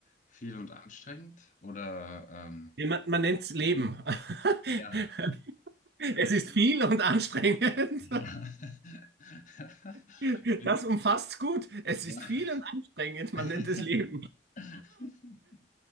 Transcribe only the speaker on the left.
viel und anstrengend, oder? Ähm,
ja.
<laughs> Das,
ja. <laughs>
Ich find
das,
ja.
<laughs>